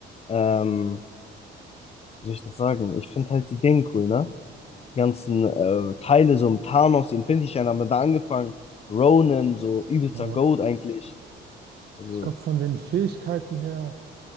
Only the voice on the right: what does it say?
Ja.
Ich glaube, von den Fähigkeiten her